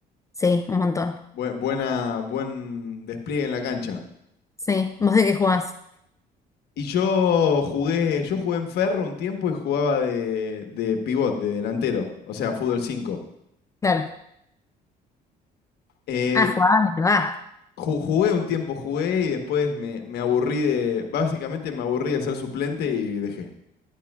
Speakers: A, on the left; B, on the left.
A: Sí, un montón.
B: buena, buen despliegue en la cancha.
A: Sí. ¿Vos de qué jugás?
B: Y yo jugué, yo jugué en Ferro un tiempo y jugaba de, de pivot, de delantero, o sea, fútbol 5.
A: Claro.
B: Eh,
A: Ah, jugaba, ¿verdad?
B: ju- jugué un tiempo, jugué y después me, me aburrí de, básicamente me aburrí de ser suplente y dejé.